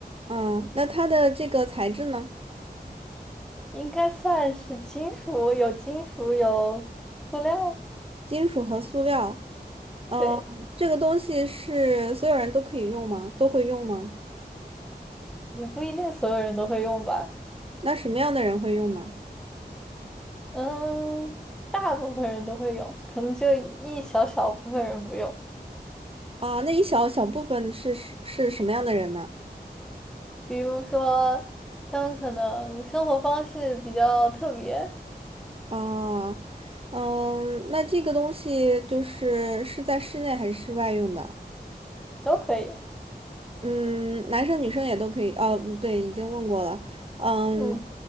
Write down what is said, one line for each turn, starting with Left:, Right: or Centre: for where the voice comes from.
Right: 嗯，那它的这个材质呢？
Centre: 应该算是金属，有金属，有塑料，
Right: 金属和塑料，呃，
Centre: 对，
Right: 这个东西是所有人都可以用吗？都会用吗？
Centre: 也不一定所有人都会用吧，
Right: 那什么样的人会用呢？
Centre: 嗯，大部分人都会用，可能就一小小部分人不用，
Right: 啊、那一小小部分是是是什么样的人呢？
Centre: 比如说他们可能生活方式比较特别，
Right: 啊、嗯，那这个东西就是是在室内还是室外用的？
Centre: 都可以。
Right: 嗯，男生女生也都可以。哦，不对，已经问过了。嗯，
Centre: 嗯，